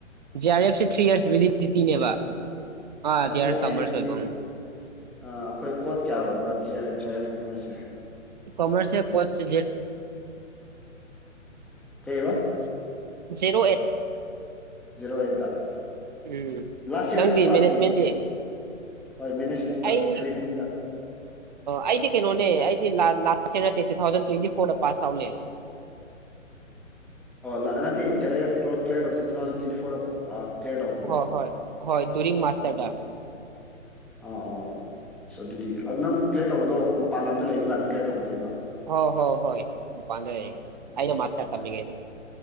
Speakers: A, on the right; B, in the centre.
A: ꯖꯤ ꯑꯥꯔ ꯑꯦꯐ ꯁꯤ ꯊ꯭ꯔꯤ ꯏꯔꯁ ꯚꯦꯂꯤꯗꯤꯇꯤꯅꯦꯕ ꯑꯥ
B: ꯅꯠꯇꯦ
A: ꯗꯤ ꯑꯥꯔ ꯑꯦꯐ
B: ꯑꯩ
A: ꯀꯃꯔꯁ
B: ꯍꯥꯏꯕꯗꯤ
A: ꯑꯣꯏꯕ
B: ꯑꯩꯈꯣꯏ ꯀꯣꯠ ꯀꯌꯥ ꯑꯣꯏꯕ ꯖꯦ ꯑꯦꯐ ꯀꯨꯝꯃꯔꯁꯦ
A: ꯀꯣꯃꯔꯁ ꯀꯣꯆꯣ
B: ꯀꯩꯕ
A: ꯖꯤꯔꯣ ꯑꯩꯠ
B: ꯖꯤꯔꯣ ꯑꯩꯠꯇꯠꯇ
A: ꯎꯝ
B: ꯂꯥꯁ ꯌꯌꯥꯔ
A: ꯅꯪꯗꯤ
B: ꯊꯣꯛꯄ꯭ꯔꯥ ꯑꯗꯨꯗꯤ
A: ꯃꯦꯅꯦꯖꯃꯦꯟꯗꯤ
B: ꯍꯣꯏ ꯃꯦꯅꯦꯖꯃꯦꯟꯗ
A: ꯑꯩ
B: ꯁꯚꯦꯟꯇꯤꯟꯗ
A: ꯑꯩꯗꯤ ꯀꯩꯅꯣꯅꯦ ꯑꯩꯗꯤ ꯂꯥꯁ ꯏꯔ ꯅꯠꯇꯦ ꯇꯨ ꯊꯥꯎꯖꯟ ꯇ꯭ꯋꯦꯟꯇꯤ ꯐꯣꯔꯗ ꯄꯥꯁ ꯇꯂꯦ
B: ꯑꯣ ꯅꯠꯇꯦ ꯖꯦꯔ ꯑꯦꯐꯔꯁꯦ ꯇꯨ ꯊꯥꯎꯖꯟ ꯇ꯭ꯋꯦꯟꯇꯤ ꯐꯣꯔꯗ ꯀ꯭ꯂꯤꯌꯥꯔ ꯇꯧꯈ꯭ꯔꯕꯣ
A: ꯍꯣꯏ ꯍꯣꯏ ꯍꯣꯏ ꯗꯔꯤ ꯃꯥꯁꯇꯔ
B: ꯑ ꯑꯣ ꯑꯁ ꯑꯗꯨꯗꯤ ꯅꯪ ꯀ꯭ꯂꯤꯌꯥꯔ ꯇꯧꯕꯗꯣ ꯃꯄꯥꯟ ꯂꯝꯗ ꯂꯩꯕ ꯀꯥꯟꯗ ꯀ꯭ꯂꯤꯌꯥꯔ ꯇꯧꯒꯅꯦꯕ
A: ꯍ ꯍꯣꯏ ꯍꯣꯏ ꯃꯄꯥꯟꯗ ꯂꯩꯔꯤꯉꯩꯗ
B: ꯎꯝ
A: ꯑꯩꯅ ꯃꯥꯁꯇꯔ
B: ꯑꯆꯥ
A: ꯇꯝꯃꯤꯉꯩꯗ